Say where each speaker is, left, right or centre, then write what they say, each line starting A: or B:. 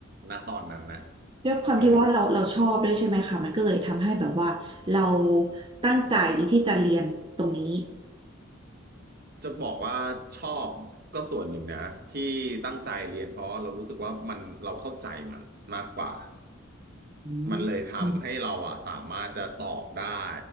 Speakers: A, on the right; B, on the right.
A: ณตอนนั้นนะ
B: ด้วยความที่ว่าเราเราชอบด้วยใช่ไหมคะมันก็เลยทำให้แบบว่าเรา
A: เออ
B: ตั้งใจที่จะเรียนตรงนี้
A: จะบอกว่าชอบก็ส่วนหนึ่งนะที่ตั้งใจเรียนเพราะเรารู้สึกว่ามันเราเข้าใจมันมากกว่า
B: อืมอืม
A: มันเลยทำให้เราอะสามารถจะตอบได้